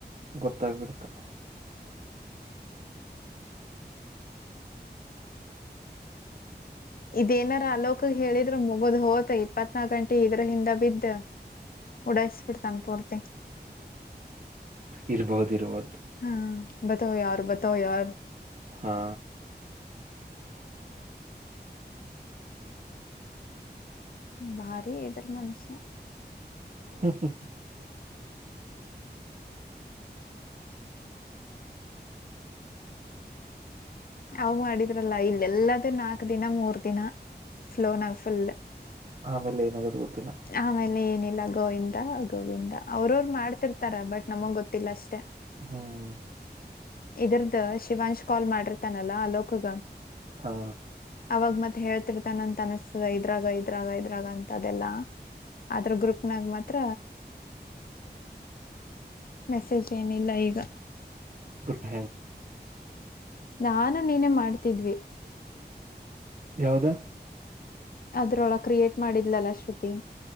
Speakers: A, on the right; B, on the left.
A: ಗೊತ್ತಾಗಬಿಡ್ತಾ
B: ಇದೇನಾರ ಅಲೋಕ ಹೇಳಿದ್ರರು ಮುಗದ್ ಹೋತ ಇಪ್ಪತ್ನಾಕ ಗಂಟೆ ಇದ್ರ ಹಿಂದ ಬಿದ್ದ ಉಡಸ್ಪಡ್ತಾನ ಪರತೆ
A: ಇರ್ಬಹುದು ಇರ್ಬಹುದು
B: ಹ್ಮ್ ಬತವ ಯಾರು ಬತೋ ಯಾರು
A: ಹಾ
B: ಭಾರಿ ಇದರ ಮನುಷ್ಯ
A: ಹ್ಮ್ ಹ್ಮ್
B: ಅವ ಮಾಡಿದ್ರಲ್ಲ ಇಲ್ಲೆಲ್ಲದ ನಾಕ್ ದಿನ ಮೂರ್ ದಿನ ಫ್ಲೋನಾಗ ಫುಲ್
A: ಆಮೇಲೆ ಏನಾಗದು ಗೊತ್ತಿಲ್ಲ
B: ಆಮೇಲೆ ಏನಿಲ್ಲ ಗೋವಿಂದ ಗೋವಿಂದ ಅವ್ರವರು ಮಾಡ್ತಿರ್ತಾರ ಬಟ್ ನಮಗ್ ಗೊತ್ತಿಲ್ಲ ಅಷ್ಟೇ
A: ಹ್ಮ್
B: ಇದ್ದರಿಂದ್ದು ಶಿವಾಂಚ್ ಕಾಲ್ ಮಾಡಿರ್ತಾನಲ್ಲಾ ಅಲೋಕಿಗೆ
A: ಹಾ
B: ಅವಾಗ ಮತ್ತೆ ಹೇಳ್ತಿರ್ತಾನ ಅಂತ ಅನಿಸ್ತದ ಇದ್ರಾಗ ಇದ್ರಾಗ ಇದ್ರಾಗ ಅಂತ ಅದೆಲ್ಲಾ ಅದ್ರ ಗ್ರೂಪ್ನಾಗ ಮಾತ್ರ
A: <inaudible>
B: ಮೆಸೇಜ್ ಏನಿಲ್ಲ ಈಗ
A: <unintelligible>
B: ನಾನು ನೀನೇ ಮಾಡ್ತಿದ್ವಿ
A: ಯಾವುದು
B: ಅದ್ರೊಳ ಕ್ರಿಯೇಟ್ ಮಾಡಿದ್ಲಲ್ಲ ಶ್ರುತಿ